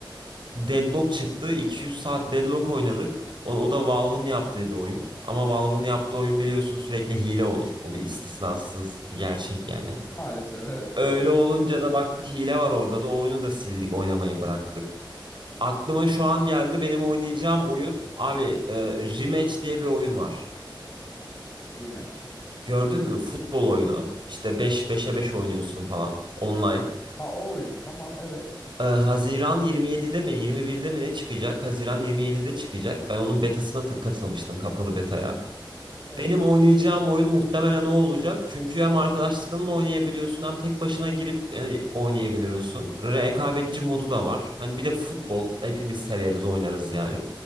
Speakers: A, on the right; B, on the left.
A: Deadlock çıktı. 200 saat Deadlock oynadık. O, o da Valve'ın yaptığı bir oyun. Ama Valve'ın yaptığı
B: Aha.
A: oyun biliyorsun sürekli hile olur. O bir istisnasız bir gerçek yani.
B: E, Maalesef <laughs> evet
A: Öyle
B: maalesef.
A: olunca da baktık hile var orada da o oyunu da sildik oynamayı bıraktık. Aklıma şu an geldi benim oynayacağım oyun abi e, Rematch diye bir oyun var.
B: Rematch.
A: Gördün mü? Futbol oyunu. İşte 5 beşe 5 oynuyorsun falan online.
B: Ha o oyun tamam evet.
A: Ee, Haziran 27'de mi 21'de mi ne çıkacak? Haziran 27'de çıkacak. Ben onun betasına ta- katılmıştım kapalı betaya.
B: Evet.
A: Benim oynayacağım
B: Hı hı.
A: oyun muhtemelen o olacak. Çünkü hem arkadaşlarınla oynayabiliyorsun hem tek başına girip yani, oynayabiliyorsun. Rekabetçi modu da var. Hani bir de futbol hepimiz severiz oynarız yani.